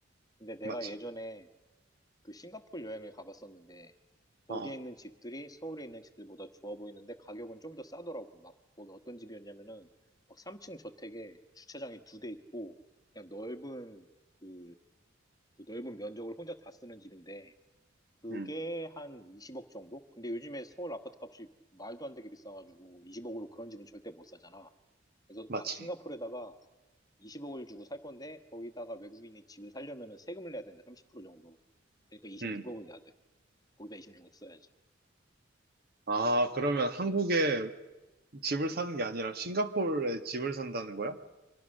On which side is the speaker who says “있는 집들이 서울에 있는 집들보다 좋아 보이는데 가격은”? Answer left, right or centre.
Left